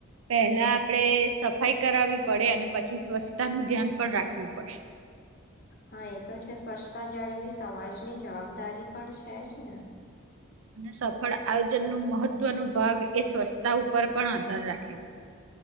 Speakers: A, on the right (about 80°); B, on the left (about 45°).
A: પેલા આપડે સફાઈ કરાવવી પડે અને પછી સ્વચ્છતા નું ધ્યાન પણ રાખવું પડે.
B: હા એ તો છે સ્વચ્છતા જાળવી સમાજની જવાબદારી પણ છે જ ને.
A: અને સફળ આયોજન ન મહત્વનો ભાગ એ સ્વચ્છતા ઉપર પણ આધાર રાખે છે.